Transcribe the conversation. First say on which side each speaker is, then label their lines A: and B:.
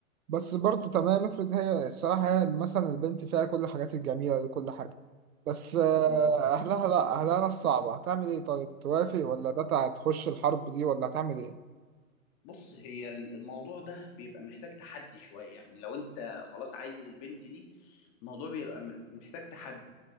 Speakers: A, on the right (about 80°); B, on the left (about 35°).
A: بس برضو تمام افرض هي الصراحة هي مثلا البنت فيها كل الحاجات الجميلة دي كل حاجة بس آه،
B: مم.
A: أهلها لأ أهلها الصعبة هتعمل إيه طيب توافق ولا ده هتخش الحرب دي ولا هتعمل إيه؟
B: بص هي ال- الموضوع ده بيبقى محتاج تحدي شويه يعني لو انت خلاص عايز البنت دي الموضوع بيبقى م- محتاج تحدي